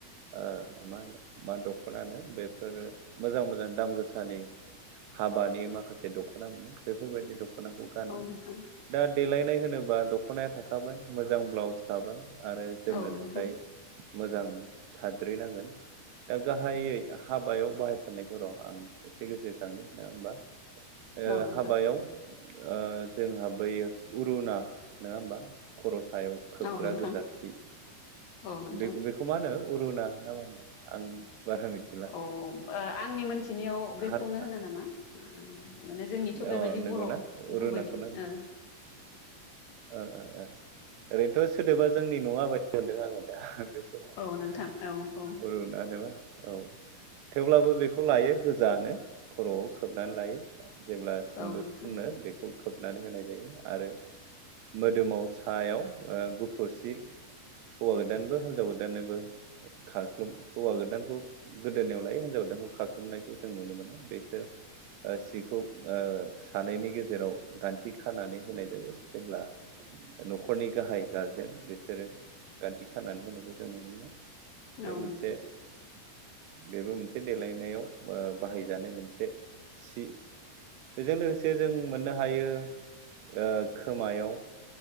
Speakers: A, on the right (about 80°); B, on the left (about 65°).
A: ओ मा होनो मा दखनानो बेफोरो मोजां मोजां दाम गोसानि हाबानि माखासे दखना मोनो बेफोरबायदि दखनाखौ गानो
B: औ नोंथां
A: दा देलायनाय होनोबा दखनाया थाखाबाय मोजां ब्लाउस थाबाय। आरो जोमनो
B: औ नोंथां
A: थाखाय मोजां साद्रिनांगोन। दा गाहायै हाबायाव बाहायथारनायखौ र आं एसे गोसोखांनि नङा हबा ओ
B: औ नोंथां
A: हाबायाव ओ जोंहा बैयो अरुना नङा होमबा खर सायाव खोबग्रा
B: औ नोंथां
A: गोजासि
B: औ नोंथां
A: बे बेखौ मा होनो अरुना होनना मा होनो आं बारा मिथिला
B: औ आंनि मोनथिनायाव बेखौनो
A: हार
B: होनो नामा माने जोंनिथ
A: अ
B: बेबायदि
A: नंगौना
B: बर
A: अरुनाखौनो
B: गुबै
A: होनो
B: ओ
A: ओ ओ ओओरैनोथ सोदोबा जोंनि नङाबायदि मोनदों आङो दा समाव
B: औ नोंथां औ औ
A: ररुुन होनोबा औ थेवब्लाबो बेखौ लायो गोजानो खरआव खोबनानै लायो जेब्ला
B: औ
A: सिन्दुर
B: नोंथां
A: खुनो बेखौ खोबनानै होनाय जायो आरो मोदोमाव सायाव ओ गुफुरसि हौवा गोदानबो हिनजाव गोदाननिबो खाख्लुम हौवा गोदानखौ गोदोनायाव लायो हिनजाव गोदानखौ खख्लुमनायखौ जों नुनो मोनो बेसोर ओ सि खौ ओ सानैनि गेजेराव गान्थि खानानै होनाय जायो जेब्ला न'खरनि गाहाय गारजेन बेसोरो गान्थि खानानै होनायखौ जों नुनो मोनो।
B: औ
A: बे मोनसे
B: नोंथां
A: बेबो मोनसे देलायनायाव ओ बाहायजानाय मोनसे सि बेजों लोगोसे जों मोननो हायो ओ खोमायाव